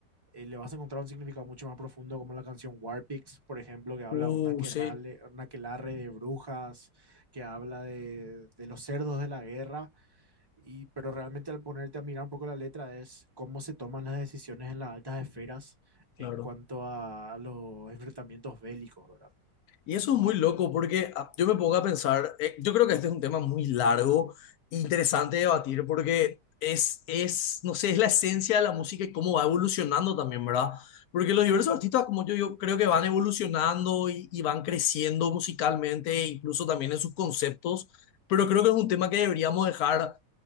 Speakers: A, on the right; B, on the left.
A: eh, le vas a encontrar un significado mucho más profundo, como la canción Warpix, por ejemplo, que habla
B: Uh,
A: de un aquelarre,
B: sí,
A: un aquelarre de brujas, que habla de, de los cerdos de la guerra y, pero realmente al ponerte a mirar un poco la letra es cómo se toman las decisiones en las altas esferas
B: claro.
A: en cuanto a, a los enfrentamientos bélicos, ¿verdad?
B: Y eso es muy loco porque ah, yo me pongo a pensar, eh, yo creo que este es un tema muy largo e interesante de debatir porque es, es, no sé, es la esencia de la música y cómo va evolucionando también, ¿verdad? Porque los diversos artistas, como yo, yo creo que van evolucionando y, y van creciendo musicalmente, e incluso también en sus conceptos, pero creo que es un tema que deberíamos dejar.